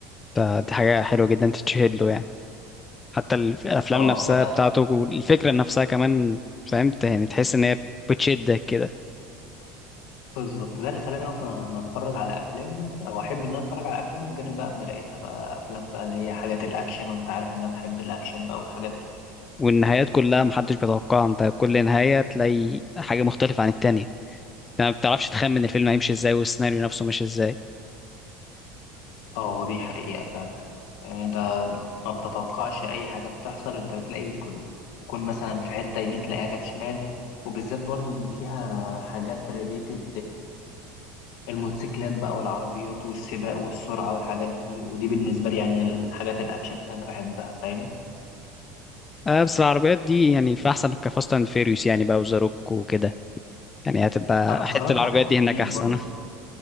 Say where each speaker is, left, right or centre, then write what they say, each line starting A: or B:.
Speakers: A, on the left; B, on the left.
A: ده- دي حاجه حلوه جدا تتشهد له يعني حتى الف- الافلام
B: اه
A: نفسها
B: فده
A: بتاعته والفكره نفسها كمان فهمت يعني تحس ان هي بتشدك كده
B: بالظبط ده اللي خلاني اصلا ان اتفرج على افلامه او احب ان انا اتفرج على افلامه بجانب بقى اما لقيتها بقى افلام بقى اللي هي حاجات الاكشن وانت عارف ان انا بحب الاكشن بقى والحاجات دي
A: والنهايات كلها محدش بيتوقعها انت كل نهايه تلاقي حاجه مختلفه عن التانية ما بتعرفش تخمن الفيلم هيمشي ازاي والسيناريو نفسه ماشي ازاي
B: اه دي حقيقة فعلا يعني انت ما بتتوقعش اي حاجة بتحصل انت بتلاقي يكون تكون مثلا في حتة يمين تلاقيها جت شمال وبالذات برضو ان فيها حاجات ريليتد للموتوسيكلات بقى والعربيات والسباق والسرعة والحاجات دي ودي بالنسبة لي يعني الحاجات الاكشن اللي انا بحبها فاهمني
A: آه بس العربيات دي يعني في احسن كفاست اند فيريوس يعني بقى وزاروك وكده يعني هتبقى
B: انا اتفرجت
A: حته العربيات
B: على
A: دي هناك
B: اتنين
A: احسن
B: برضو